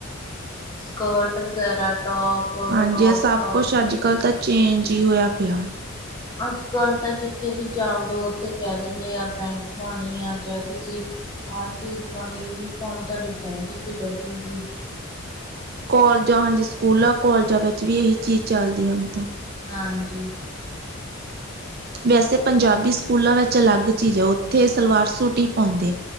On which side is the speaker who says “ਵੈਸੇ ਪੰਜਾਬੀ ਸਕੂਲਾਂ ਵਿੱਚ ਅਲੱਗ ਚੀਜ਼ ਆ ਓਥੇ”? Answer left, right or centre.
Right